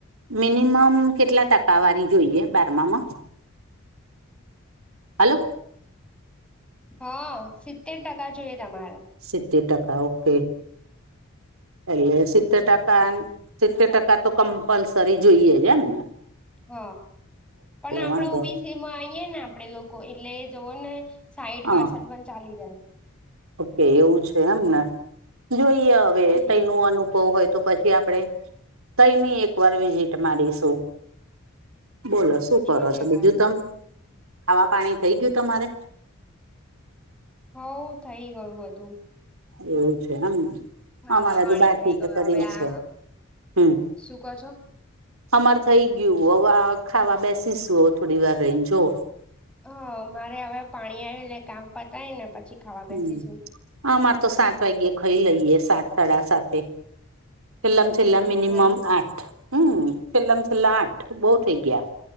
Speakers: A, on the right (about 75°); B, in the centre.
A: મિનિમમ કેટલા ટકાવારી જોઈએ બારમામાં હલો
B: હા સિત્તેર ટકા જોઈએ. તમારે
A: સીતેટકા ઓકે એે સીતેટકા સિત્તેર ટકા તો કમ્પલસરી જોઈએ છે. એમં
B: હ પણ આપડે
A: વાંધો
B: ઓબીસીમાં
A: નહી
B: આઈયએ ને આપણેે લોકો એટલે જવો ને સાહીઠ
A: હા
B: પાસઠેમા પાછળ પણ ચાલી જાય.
A: ઓકે એવું છે. એમને જોઈએ. હવે
B: હમ
A: તૈનું અનુ એવું હોય તો પછી આપડે તૈની ની એકવાર વિઝિટ મારીશું. બોલો શું કરો
B: જોઈ લેવાનું
A: છો. બીજું તમ ખાવા પાણી થઇ ગયું તમારે
B: હઉ થઈ ગયું બધું
A: એવું છે. અમને
B: ખાવા
A: અમારા
B: પાણી
A: જે બાકી
B: થઈ
A: છે.
B: ગયું
A: કરી
B: હવે આ
A: છે. હમ
B: શું કહો છો
A: અમાર થઈ ગયું હવે ખાવા બેસીશું થોડી વાર રહીને જો
B: હ મારે હવે પાણી આવ્યું ને કામ પતાય ને પછી ખાવા
A: હમ
B: બેસીશું
A: અમારે તો સાત વાગ્યે ખાઈ લઈએ સાત સાડા સાતે છેલ્લા છેલ્લા
B: એટલું
A: મિનિમમ
B: વેલું
A: આઠ હમ છેલ્લામ છેલ્લા આઠ બહુ થઇ ગયા.